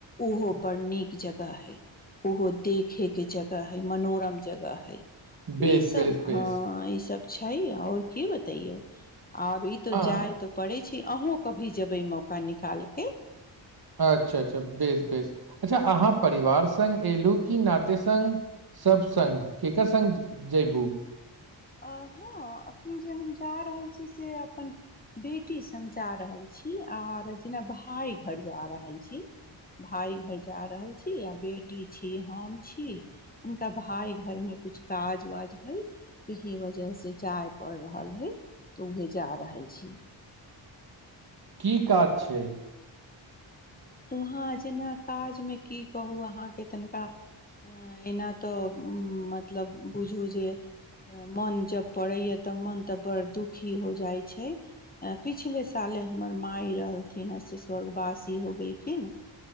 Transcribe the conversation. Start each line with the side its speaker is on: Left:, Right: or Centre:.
Left: ओहो बड़ निक जगह है ओहो देखे के जगह है मनोरम जगह है।
Right: बेस
Left: ई सभ
Right: बेस बेस
Left: हँ ई सभ छै, आओर की बताउ? आ ई तऽ
Right: हँ
Left: जायते। पड़ै छै, अहूँ कभी जेबै मौका निकाल के
Right: अच्छा, अच्छा, बेस बेस अच्छा, अहाँ परिवार सग एलहु की नाते संघ। सभ संघ केकर संघ जयबू।
Left: अहाँ हँ, एखन जे हम जा रहल छी से अपन। बेटी संघ जा रहल छी, आर जेना भाय घर जा रहल छी। भाय घर जा रहल छी, आ बेटी छी हम छी हुनका भाय घरमे कछु काज वाज हइ। एहे वजह से जाय पड़ रहल है तऽ उहे जा रहल छी।
Right: कि काज छै?
Left: वहाँ जेना काजमे की कहू अहाँकेँ तनिका। एना तऽ मतलब बुझू जे मोन जब पड़ैया। तऽ मन तऽ बड़ दुखी हो जाइ छै। पिछला साल हमर माय रहलीह, हँ, से स्वर्गवासी भऽ गेलीह। हने